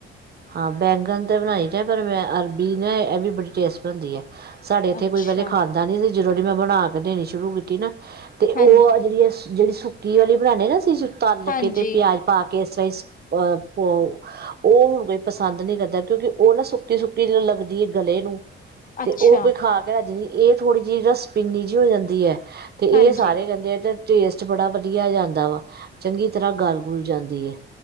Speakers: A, on the right; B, on the left.
A: ਹਾਂ ਬੈਗਨ ਤਾਂ ਬਣਾਈ ਦੇ ਏ ਪਰ ਅਰਬੀ ਨਾ ਇਹ ਵੀ ਬੜੀ ਟੇਸਟ ਬਨਦੀ ਹੈ। ਸਾਡੇ ਇੱਥੇ
B: ਅੱਛਾ
A: ਕੋਈ ਪਹਿਲੇ ਖਾਂਦਾ ਨੀ ਸੀ ਜਦੋ ਦੀ ਮੈਂ ਬਨਾ ਕੇ ਦੇਨੀ ਸ਼ੁਰੂ ਕੀਤੀ ਨਾ, ਤੇ
B: ਹਾਂਜੀ,
A: ਉਹ ਜਿਹੜੀ ਅ ਜਿਹੜੀ ਸੁੱਕੀ ਆਲੀ ਬਣਾਨੇ ਨਾ ਤਲ
B: ਹਾਂਜੀ
A: ਕੇ ਤੇ ਪਿਆਜ਼ ਪਾ ਕੇ ਸਹੀ ਸ ਇਸ ਤਰ੍ਹਾਂ ਹੀ <unintelligible> ਅਹ ਉਹ ਹੁਣ ਕੇ। <unintelligible> ਪਸੰਦ ਨੀ ਕਰਦਾ ਕਿਉਂਕਿ ਉਹ ਨਾ ਸੁੱਕੀ -ਸੁੱਕੀ ਲੱਗਦੀ ਏ ਗਲੇ ਨੂੰ ਤੇ
B: ਅੱਛਾ
A: ਉਹ ਕੋਈ ਖਾ ਕੇ ਰਾਜ <unintelligible> ਇਹ ਥੋੜ੍ਹੀ ਜਿਹੀ ਰਸਪਿੰਨੀ ਜੀ ਹੋ ਜਾਂਦੀ ਆ ਤੇ, ਇਹ
B: ਹਾਂਜੀ।
A: ਸਾਰੇ ਕਹਿੰਦੇ ਆ। <unintelligible> ਟੇਸਟ ਬੜਾ ਵਧੀਆ ਜਾਂਦਾ ਵਾ ਚੰਗੀ ਤਰ੍ਹਾਂ ਗਲ -ਗੁਲ ਜਾਂਦੀ ਏ।